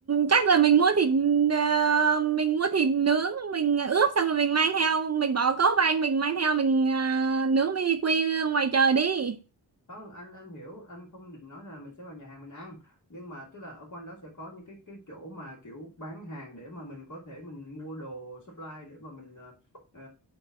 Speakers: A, on the right; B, on the left.
A: chắc là mình mua thịt ờ, mình mua thịt nướng mình ướp xong rồi mình mang theo mình bỏ cốt vào anh mình mang theo mình ờ, nướng BBQ ngoài trời đi
B: không anh anh hiểu anh không định nói là mình sẽ vào nhà hàng mình ăn nhưng mà tức là ở quanh đó sẽ có những cái cái chỗ mà kiểu bán hàng để mà mình có thể mình mua đồ supply để mà mình ờ, ờ,